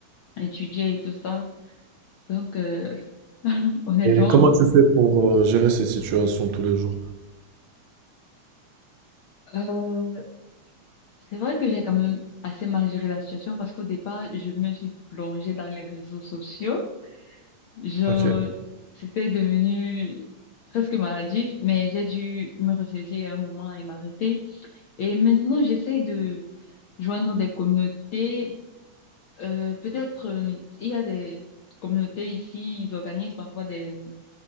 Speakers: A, on the left; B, on the right.
A: étudier et tout ça. Donc, euh, <laughs> honnêtement,
B: Et comment tu fais pour euh, gérer ces situations tous les jours?
A: euh, c'est vrai que j'ai quand même assez mal géré la situation parce qu'au départ, je me suis plongée dans les réseaux sociaux. Genre,
B: Ok.
A: c'était devenu presque maladif, mais j'ai dû me ressaisir à un moment et m'arrêter. Et maintenant, j'essaye de joindre des communautés. Euh, peut-être, euh, il y a des communautés ici, ils organisent parfois des,